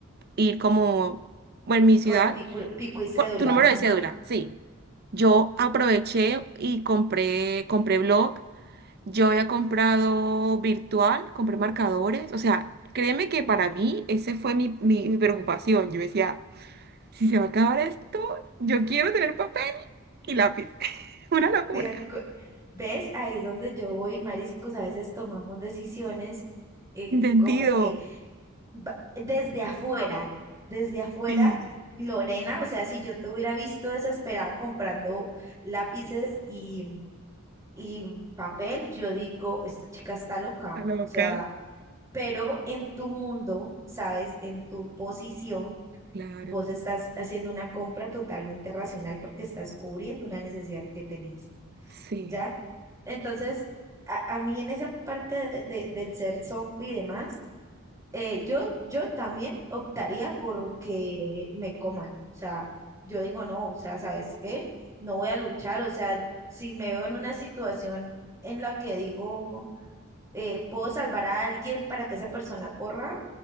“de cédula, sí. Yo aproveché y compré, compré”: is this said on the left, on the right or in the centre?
Right